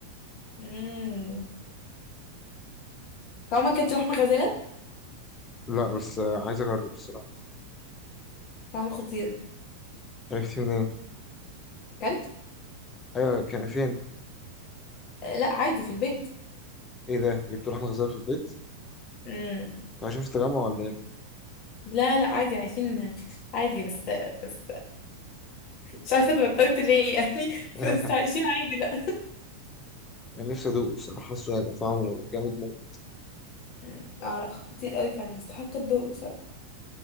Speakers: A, on the left; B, on the left.
A: امم طعمه كانت لحمه غزاله
B: لا بس آه، عايز اجرب الصراحة
A: طعمه خطير
B: عرفت منين
A: كلت
B: ايوه كان فين
A: آه، لا عادي في البيت
B: ايه ده جبت لحمة غزال في البيت
A: امم
B: انت عايشين في التجمع ولا ايه
A: لا لا عادي عايشين عادي بس بس مش عارفه اتغطيت ليه يعني <laughs>
B: <laughs>
A: بس عايشين عادي لا
B: يعني نفسي ادوقه الصراحة حاسه هيبقى طعمه جامد موت
A: مم. اه لا خطير قوي فعلا يستحق الدور بصراحة